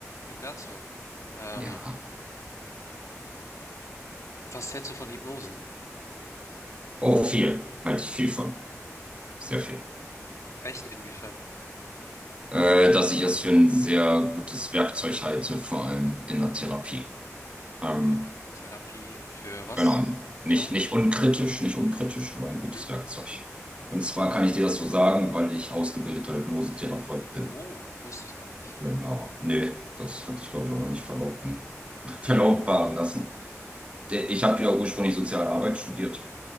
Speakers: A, on the left; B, on the right.
A: Ignacio, ähm,
B: Ja.
A: was hältst du von Hypnose?
B: Oh, viel. Halte ich viel von. Sehr viel.
A: Echt? Inwiefern?
B: Äh, dass ich es für ein sehr gutes Werkzeug halte, vor allem in der Therapie. Ähm,
A: Okay. Therapie für was
B: genau. Nicht,
A: genau?
B: nicht unkritisch, nicht unkritisch, aber ein gutes
A: Mhm.
B: Werkzeug. Und zwar kann ich dir das so sagen, weil ich ausgebildeter Hypnosetherapeut bin.
A: Oh, wusste ich gar nicht.
B: Genau. Nee, das hatte ich, glaube ich, auch noch nicht verlauten, <laughs> verlautbaren
A: Mhm.
B: lassen. Der- Ich habe ja ursprünglich Sozialarbeit studiert.